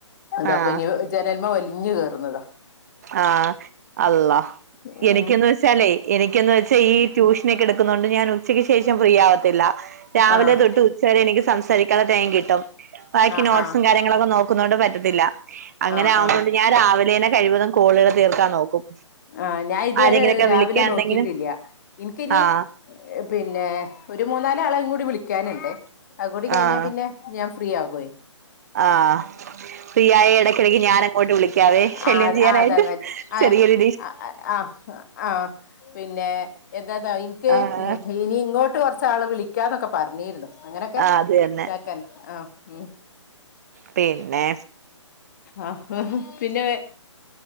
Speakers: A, on the left (about 35°); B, on the right (about 35°).
A: അത
B: ആഹ്
A: ഇപ്പൊ ഇനി ജനന്മ വലിഞ്ഞഞ് കയറുന്നതാ
B: ആഹ അല്ല
A: ഉം
B: എനിക്കന്ന് <unintelligible> എനിക്കന്ന് വെച്ചാ ഈ ട്യൂഷൻ ഒക്കെ എടുക്കുന്നുണ്ട് ഞൻ ഉച്ച ഉച്ചയ്ക്ക് ശേഷം ഫ്രീ ആവത്തില്ല രാവിലെ
A: ആഹ്
B: തൊട്ട് ഉച്ച വരെ എനിക്ക് സംസാരിക്കാുള്ളെ ടൈം കിട്ടും. ബാക്കി
A: ആഹ്
B: നോട്ട്സും
A: ആഹ്
B: കാര്യങ്ങളൊക്കെ നോക്കുന്നൊണ്ട് പറ്റത്തില്ല അങ്ങനെ
A: ആഹ്
B: ആവുമ്പോ
A: ആഹ്
B: ഞാൻ രാവിലെനെ കഴിവതും കോളുകൾ തീർക്കാൻ നോക്കും
A: ആ ഞാൻ ഇതുവരെ
B: ആരെങ്കിലൊക്കെ
A: രാവിലെ
B: വിളിക്കാണ്ടെങ്കിലും
A: നോക്കിട്ടില്ല എനിക്കിനി
B: ആഹ്
A: പിന്നെ ഒരു മൂന്നാല് ആളുംകൂടി വിളിക്കാനുണ്ട് അതും കൂടി കഴിഞ്ഞാ
B: ആഹ്
A: പിന്നെ ഞാൻ ഫ്രീ ആകും.
B: ആഹ് ഫ്രീയായ ഇടയ്ക്കിടക്ക് ഞാൻ അങ്ങോട്ട് വിളിക്കാവേ ശല്യം
A: ആ
B: ചെയ്യാനായിട്ട്
A: ആ അതാന്ന ആ
B: ചെറിയൊരു
A: ആ ആ ആ പിന്നെ എന്താന്നോ എനിക്ക്
B: ആഹ്
A: ഇനി ഇങ്ങോട്ട് കുറച്ച് ആള് വിളിക്ക വിളിക്കാന്നൊക്കെ പറഞ്ഞിരുന്നു അങ്ങനെയൊക്കെ
B: ആഹ് അത് തന്നെ
A: ഇതാക്കൻ ആഹ് ഉം
B: പിന്നെ
A: ആ പിന്നെ